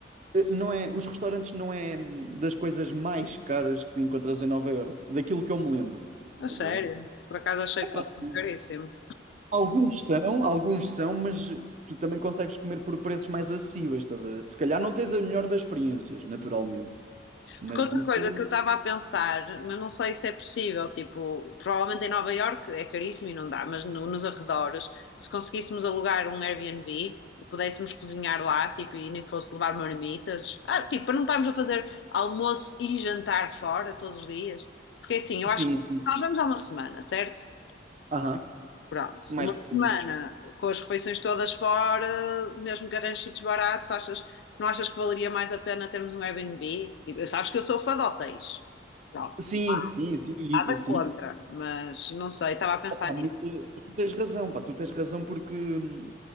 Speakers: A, on the right (about 40°); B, on the left (about 75°).
A: Eh, não é, os restaurantes não é hum, das coisas mais caras que tu encontras em Nova Iorque, daquilo que eu me lembro.
B: A
A: Estás
B: sério.
A: a ver?
B: Por acaso achei
A: Epá,
B: que fosse
A: sim.
B: caríssimo.
A: Alguns são, alguns são, mas tu também consegues comer por preços mais acessíveis, estás a ver? Se calhar não tens a melhor das experiências, naturalmente. Mas
B: Porque outra
A: isso,
B: coisa que eu estava a pensar, mas não sei se é possível, tipo, provavelmente em Nova Iorque é caríssimo e não dá, mas no- nos arredores, se conseguíssemos alugar um Airbnb e pudéssemos cozinhar lá, tipo, e nem que fosse levar marmitas, ah, tipo, para não estarmos a fazer almoço e jantar fora todos os dias. Porque assim, eu
A: sim,
B: acho que
A: sim.
B: nós vamos há uma semana, certo?
A: aham,
B: Pronto,
A: mais
B: uma
A: complemento.
B: semana com as refeições todas fora, mesmo que arranjes sítios baratos, achas, não achas que valeria mais a pena termos um Airbnb? Tipo, eu sabes que eu sou fã de hotéis. Pronto,
A: Sim,
B: não
A: sim, sim, e,
B: há nada
A: e sim.
B: contra, mas não sei, estava a pensar
A: Opa, mas
B: nisso.
A: eh, tu tens razão, pá, tu tens razão porque hum,